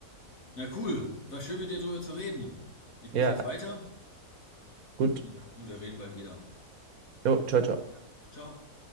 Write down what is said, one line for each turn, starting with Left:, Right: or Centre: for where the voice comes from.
Left: Na cool, war schön mit dir drüber zu reden. Ich muss
Right: Ja,
Left: jetzt weiter
Right: gut.
Left: und wir reden bald wieder.
Right: Jo, ciao, ciao.
Left: Ciao.